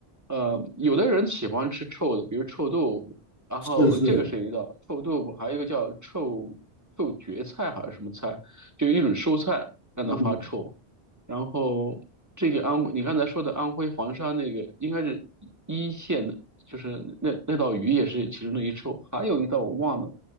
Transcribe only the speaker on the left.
是是。
嗯，